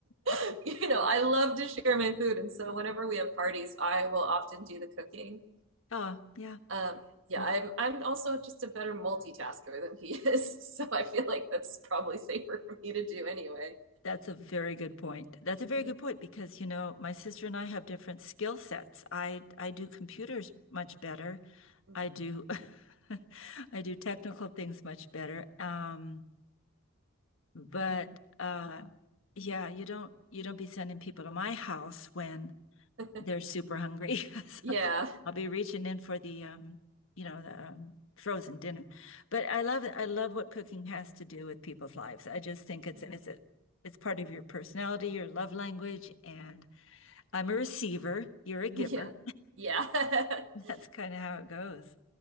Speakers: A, on the right; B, on the left.
A: <laughs>
B: oh,
A: you know, I love to share my food, and so whenever we have parties, I will often do the cooking.
B: oh, yeah.
A: Um, yeah,
B: Mhm.
A: I'm I'm also just a better multitasker than he <laughs> is, so I feel like that's probably safer for me to do anyway.
B: That's a very good point. That's a very
A: Yeah.
B: good point because, you know, my sister and I have different skill sets. I I do computers much better
A: Mhm.
B: I do <laughs> I do technical things much better. Um, but uh yeah, you don't you don't be sending people to my house when
A: <laughs>
B: they're super hungry. <laughs> So
A: Yeah.
B: I'll be reaching in for the um, you know, the um, frozen dinner. But I love I love what cooking has to do with people's lives. I just think it's
A: Mhm.
B: it's a it's part of your personality, your love language, and I'm a receiver, you're a giver.
A: Yeah. Yeah.
B: <laughs>
A: <laughs>
B: That's kind of how it goes.